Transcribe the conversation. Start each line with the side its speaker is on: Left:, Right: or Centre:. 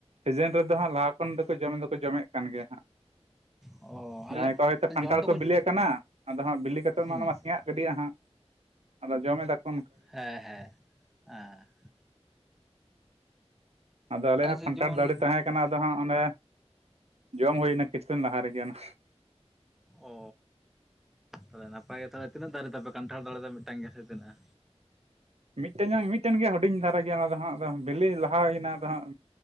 Right: ᱥᱤᱡᱤᱱ ᱨᱮᱫᱚ ᱦᱟᱸᱜ ᱞᱟᱦᱟ ᱠᱷᱚᱱ ᱫᱚᱠᱚ ᱡᱚᱢ ᱫᱚᱠᱚ ᱡᱚᱢᱮᱫ ᱠᱟᱱ ᱜᱮᱭᱟ ᱦᱟᱸᱜ
Centre: ᱚ
Right: ᱡᱟᱦᱟᱸᱭ
Centre: ᱟᱞᱮ
Right: ᱠᱚᱣᱟᱜ ᱦᱳᱭᱛᱚ ᱠᱟᱱᱴᱷᱟᱲ
Centre: ᱡᱚᱢ ᱫᱚᱠᱚ
Right: ᱠᱚ ᱵᱤᱞᱤ
Centre: ᱦᱩᱸ
Right: ᱟᱠᱟᱱᱟ ᱟᱫᱚ ᱦᱟᱸᱜ ᱵᱤᱞᱤ ᱠᱟᱛᱮᱫ ᱢᱟ
Centre: ᱦᱮᱸ
Right: ᱚᱱᱟ ᱢᱟ ᱥᱮᱭᱟᱜ ᱜᱤᱰᱤᱜᱼᱟ ᱦᱟᱸᱜ ᱟᱫᱚ ᱡᱚᱢ ᱮᱫᱟ ᱠᱚ
Centre: ᱦᱮᱸ ᱦᱮᱸ, ᱦᱮᱸ᱾
Right: ᱟᱫᱚ ᱟᱞᱮᱭᱟᱜ
Centre: ᱟᱞᱮ ᱥᱮᱫ
Right: ᱦᱚᱸ
Centre: ᱡᱮᱢᱚᱱ
Right: ᱠᱷᱟᱱᱴᱷᱟᱲ ᱫᱟᱨᱮ ᱛᱟᱦᱮᱸ ᱠᱟᱱᱟ ᱟᱫᱚ ᱦᱟᱸᱜ ᱚᱸᱰᱮ ᱡᱚᱢ ᱦᱩᱭ ᱱᱟ ᱠᱤᱪᱷᱩ ᱫᱤᱱ ᱞᱟᱦᱟ ᱨᱮ ᱜᱮ ᱚᱱᱟ
Centre: ᱚᱻ ᱛᱚᱵᱮ ᱱᱟᱯᱟᱭ ᱜᱮ ᱛᱚᱵᱮ ᱛᱤᱱᱟᱹᱜ ᱫᱟᱨᱮ ᱛᱟ ᱯᱮ ᱠᱟᱱᱴᱷᱟᱲ ᱫᱟᱨᱮ ᱫᱚ ᱢᱤᱫᱴᱟᱹᱝ ᱜᱮᱭᱲ ᱥᱮ ᱛᱤᱱᱟᱹᱜ-ᱟ?
Right: ᱢᱤᱫᱴᱮᱱ ᱧᱚᱜ ᱢᱤᱫᱴᱮᱱ ᱜᱮ ᱦᱩᱰᱤᱧ ᱫᱷᱟᱨᱟ ᱜᱮᱭᱟ ᱚᱱᱟ ᱫᱚ ᱦᱟᱸᱜ ᱵᱤᱞᱤ ᱞᱟᱦᱟ ᱮᱱᱟ ᱟᱫᱚ ᱦᱟᱸᱜ